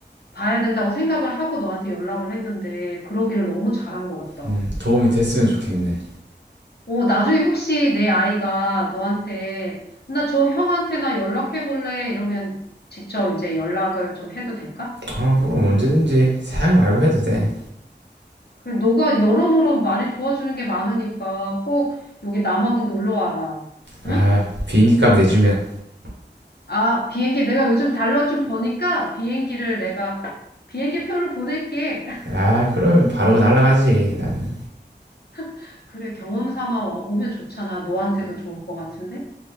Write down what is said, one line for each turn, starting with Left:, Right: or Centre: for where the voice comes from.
Left: 봐야 된다고 생각을 하고 너한테 연락을 했는데 그러기를 너무 잘한 것 같다.
Right: 음 도움이 됐으면 좋겠네.
Left: 어, 나중에 혹시 내 아이가 너한테, 나 저 형한테 나 연락해 볼래? 이러면 직접 이제 연락을 좀 해도 될까?
Right: 아 그럼 언제든지 사양 말고 해도 돼.
Left: 그래, 너가 여러모로 많이 도와주는 게 많으니까 꼭 여기 남아공 놀러 와라.
Right: 아
Left: 응?
Right: 비행기 값 내주면.
Left: 아, 비행기 내가 요즘 달러 좀 버니까 비행기를 내가 비행기 표를 보낼게.
Right: 아, 그러면 바로 그 날라가지. 나는
Left: <laughs> 그래, 경험 삼아 와- 오면 좋잖아. 너한테도 좋을 것 같은데?